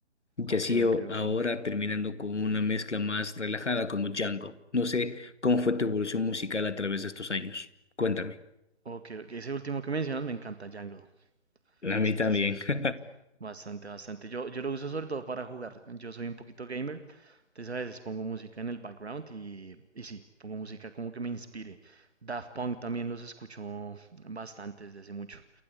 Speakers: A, on the left; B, on the right.
A: Y
B: Ok,
A: así o-
B: ok, ok.
A: ahora terminando con una mezcla más relajada como Django. No sé cómo fue tu evolución musical a través de estos años. Cuéntame.
B: Ok, ok, ese último que mencionas me encanta, Jungle.
A: A mí
B: Sí,
A: también.
B: sí, sí.
A: <laughs>
B: Bastante, bastante. Yo, yo lo uso sobre todo para jugar. Yo soy un poquito gamer, entonces a veces pongo música en el background y, y sí, pongo música como que me inspire. Daft Punk también los escucho bastante desde hace mucho.